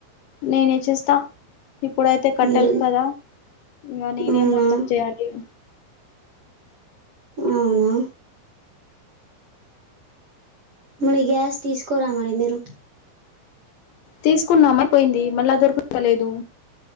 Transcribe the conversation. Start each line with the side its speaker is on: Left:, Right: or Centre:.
Left: నినే చ్ చేస్తా ఇప్పుడైతే కట్టెలు
Right: మీరు
Left: కదా ఇంగ నేనే
Right: అవునా
Left: మొత్తం చేయాలి ఇగ
Right: అవునా మరి గ్యాస్ తీసుకోరా మరి మీరు
Left: తీసుకున్నామైపోయింది మళ్ళా దొరుకుత లేదు